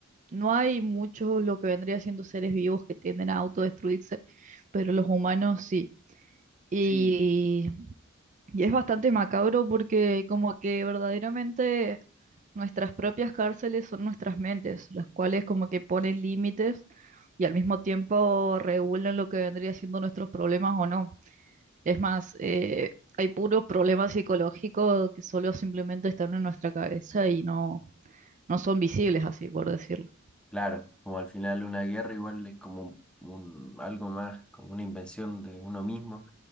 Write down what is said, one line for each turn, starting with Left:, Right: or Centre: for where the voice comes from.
Right: no hay muchos lo que vendría siendo seres vivos que tienden a autodestruirse, pero los humanos sí. Y,
Centre: sí.
Right: y es bastante macabro porque como que verdaderamente Nuestras propias cárceles son nuestras mentes, las cuales como que ponen límites y al mismo tiempo regulan lo que vendría siendo nuestros problemas o no. Es más, eh, hay puros problemas psicológicos que solo simplemente están en nuestra cabeza y no, no son visibles así, por decirlo.
Centre: Claro, como al final una guerra igual es como un, algo más, como una invención de uno mismo,